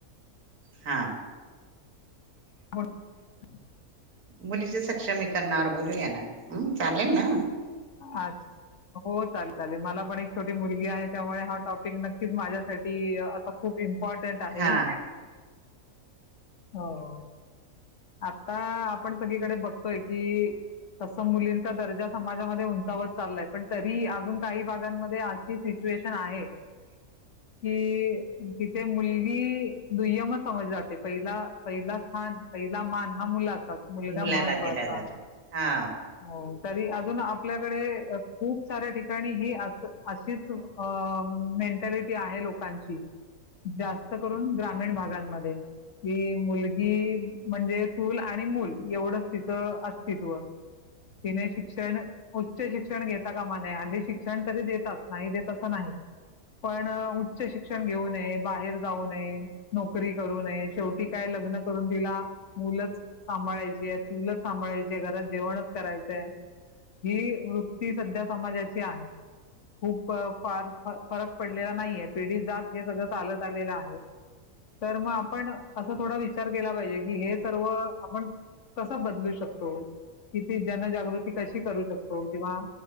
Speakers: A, on the right (about 85°); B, on the left (about 55°).
A: हा.
B: <unintelligible>
A: मुलीचे सक्षमीकरणावर बोलू या ना. हं. चालेल ना?
B: आज. हो चालेल चालेल. मला पण एक छोटी मुलगी आहे त्यामुळे हा टॉपिक नक्की- माझ्यासाठी अस खूप इम्पॉर्टंट आहे.
A: हा
B: हो. आत्ता आपण सगळीकडे बघतोय की, तस मुलींचा दर्जा समाज- - जा मध्ये उंचावत चाललाय. पण तरी अजून काही भागांमध्ये अशी सिच्युएशन आहे- कि तिथे मुलगी दुय्यमच समजली जाते. पहिला- पहिल स्थान, पहिला मान हा मुलाचाच. मुलगा
A: मुलाला
B: महत्त्वाचा.
A: दिला जातो हा
B: हो तरी अजून आपल्याकडे खूप साऱ्या ठिकाणी ही अशीच मेंटॅलिटी आहे. लोक- लोकांची. जास्त करून ग्रामीण भागांमध्ये. कि मुलगी म्हणजे चूल आणि मूल एवढंच तिचं अस्तित्व. तिने शिक्षण- उच्च शिक्षण घेता कामा नाही. हल्ली शिक्षण तरी देतात. नाही देत असं नाही. पण उच्च शिक्षण घेऊ नये. बाहेर जाऊ नये, नोकरी करू नये, शेवटी काय लग्न- करून तिला मुलंच सांभाळायचीय, चूलच सांभाळायचीए, घरात जेवणच करायचंय. ही वृत्ती सध्या समाजाची आहे. खूप फार फरक पडलेला नाहीये. पिढिजात हे सगळं चालत आलेलं आहे. तर मग आपण असं थोडा विचार केला पाहिजे की हे सर्व आपण कसं बदलू शकतो? किती जनजागृती कशी करू शकतो? किंवा-